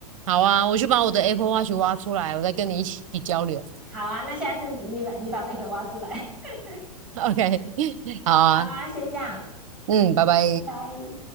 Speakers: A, on the right (about 55°); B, in the centre.
A: 好啊，我去把我的 Apple Watch 挖出来，我再跟你一起交流。
B: 好啊，那下次你把你把 m a k 挖出来。<laughs>
A: <laughs> OK，好啊，
B: 好啊，先这样，
A: 嗯，拜拜。
B: 拜拜。